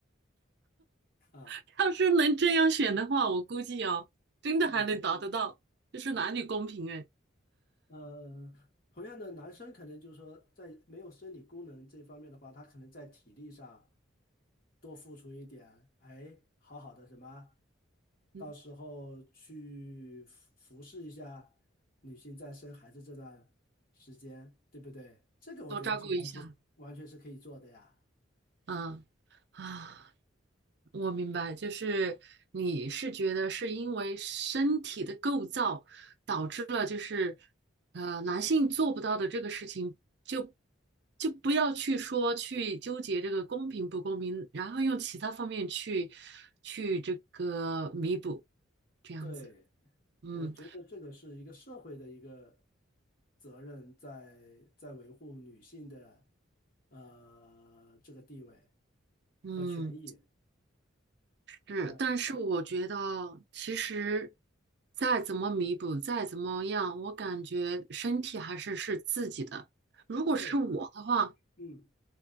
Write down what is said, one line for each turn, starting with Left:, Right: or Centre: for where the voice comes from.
Left: 啊，
Right: <laughs> 要是能这样选的话，我估计啊，真的还能达得到，
Left: 嗯，
Right: 就是男女公平哎，
Left: 呃，同样的，男生可能就是说，在没有生理功能这方面的话，他可能在体力上多付出一点，哎，好好的什么？
Right: 嗯，
Left: 到时候去服服侍一下女性在生孩子这段时间，对不对？这个我觉得是完全完全是可以做的呀。
Right: 多照顾一下，嗯啊，我明白，就是你是觉得是因为身体的构造导致了，就是呃男性做不到的这个事情就，就不要去说去纠结这个公平不公平，然后用其他方面去去这个弥补，这样子，
Left: 对，
Right: 嗯
Left: 我觉得这个是一个社会的一个责任在，在维护女性的呃这个地位
Right: 嗯。
Left: 和权益。
Right: 是，
Left: 嗯，
Right: 但是我觉得其实再怎么弥补，再怎么样，我感觉身体还是是自己的。如果是我的话，
Left: 对，嗯